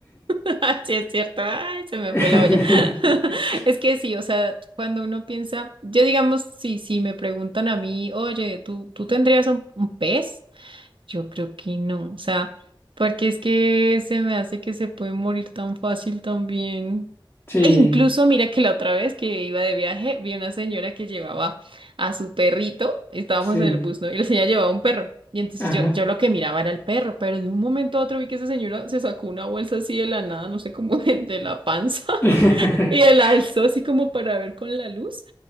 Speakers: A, on the right; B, on the left.
A: <laughs> sí es cierto, ay, se me
B: <laughs>
A: fue la olla. <laughs> Es que sí, o sea, cuando uno piensa, yo digamos, si, si me preguntan a mí, oye, ¿tú, tú tendrías un, un pez? Yo creo que no, o sea, porque es que se me hace que se puede morir tan fácil también.
B: Sí,
A: E incluso mira que la otra vez que iba de viaje, vi una señora que llevaba a su perrito, estábamos
B: sí.
A: en el bus, ¿no? Y la señora llevaba un perro. Y entonces
B: Ajá.
A: yo, yo lo que miraba era el perro, pero de un momento a otro vi que esa señora se sacó una bolsa así de la nada, no sé cómo <laughs> de, de la panza,
B: <laughs>
A: <laughs> y la alzó así como para ver con la luz.